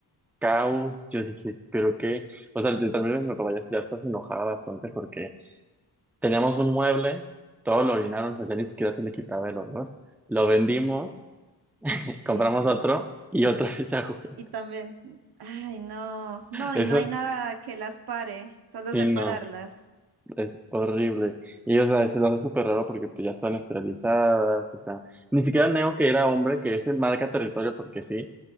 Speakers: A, in the centre; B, on the right.
A: caos, yo dije, pero qué, o sea, literalmente mi papá ya, ya está enojada bastante porque Teníamos un mueble, todo lo orinaron, o sea, ya ni siquiera se le quitaba el olor. Lo vendimos, <laughs>
B: Sí.
A: compramos otro y otra <laughs> vez a jugar.
B: Y también, ay, no, no,
A: Eso,
B: y no hay nada que las pare, solo
A: sí,
B: separarlas.
A: no, es horrible. Y, o sea, se lo hace súper raro porque pues, ya están esterilizadas, o sea, ni siquiera Neo, que era hombre, que ese marca territorio porque sí,